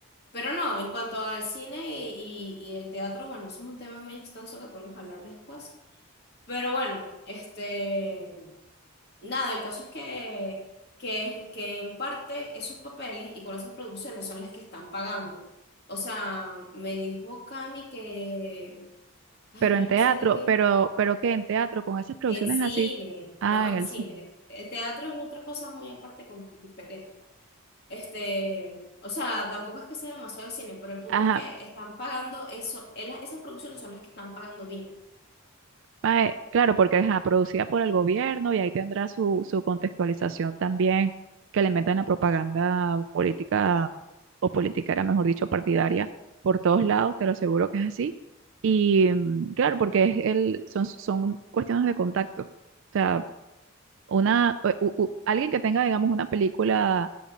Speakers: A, on the left; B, on the right.
A: Pero no, en cuanto al cine y, y- y el teatro, bueno, eso es un tema muy extenso que podemos hablar después. Pero bueno, este, nada, el caso es que, que, que en parte esos papeles y con esas producciones son las que están pagando. O sea, me dijo Cami que, ay,
B: Pero
A: ya
B: en
A: no
B: teatro,
A: sé de qué,
B: pero, pero que en teatro, con esas producciones
A: en cine,
B: así, ah,
A: no, en
B: en el
A: cine.
B: cine.
A: El teatro es otra cosa muy aparte, como diferente. Este, o sea, tampoco es que sea demasiado de cine, pero el punto
B: Ajá,
A: es que están pagando eso, es la- esas producciones son las que están pagando bien.
B: Mae, claro, porque es producida por el gobierno y ahí tendrá su, su contextualización también que le meten la propaganda política o politiquera, mejor dicho, partidaria por todos lados, te lo aseguro que es así. Y mm, claro, porque es el, son, son cuestiones de contacto. O sea, una, u- u- u- alguien que tenga, digamos, una película,